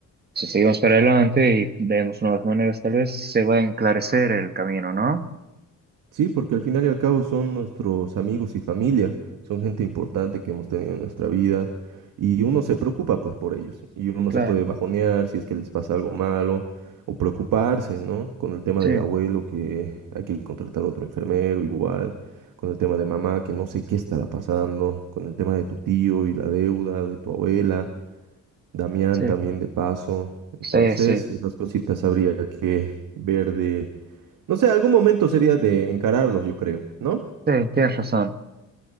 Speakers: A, on the right (about 30°); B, on the right (about 75°).
A: si seguimos para adelante y vemos nuevas maneras, tal vez se va a enclarecer el camino, ¿no?
B: Sí, porque al final y al cabo son nuestros amigos y familia, son gente importante que hemos tenido en nuestra vida y uno se preocupa pues por ellos y uno
A: Claro,
B: se puede bajonear si es que les pasa algo malo o preocuparse, ¿no? Con el tema
A: sí,
B: del abuelo que hay que contratar otro enfermero igual, con el tema de mamá que no sé qué estará pasando, con el tema de tu tío y la deuda de tu abuela, Damián
A: sí.
B: también de paso. Entonces,
A: Sí, sí,
B: esas cositas habría que ver de no sé, algún momento sería de encararlos, yo creo, ¿no?
A: sí, tienes razón.